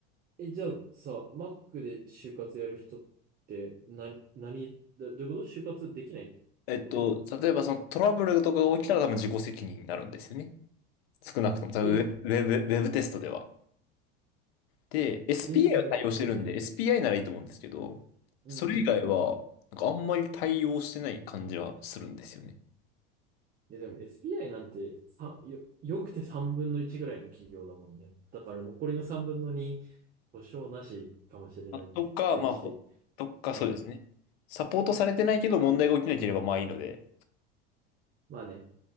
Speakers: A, on the right (about 30°); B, on the left (about 85°).
A: え、じゃあさ、Mac で就活やる人って、な、何、どどういうこと就活できないってこと
B: えっと、例えばそのトラブルとかが起きたら多分自己責任になるんですよね。少なくとも、多分ウェブ、
A: え、
B: ウェブウェブテストでは。で、SPI
A: え、それめっちゃビハインド。
B: は対応してるんで、SPI ならいいと思うんですけど、
A: うん。
B: それ以外は、なんかあんまり対応してない感じはするんですよね。
A: いや、でも SBI なんて、さ、よ、よくて3分の1ぐらいの企業だもんね。だから残りの3分の2、保証なしかもしれないってきついし。
B: あとか、まあ、ほとかそうですね。
A: うん。
B: サポートされてないけど問題が起きなければまあいいので。
A: まあね。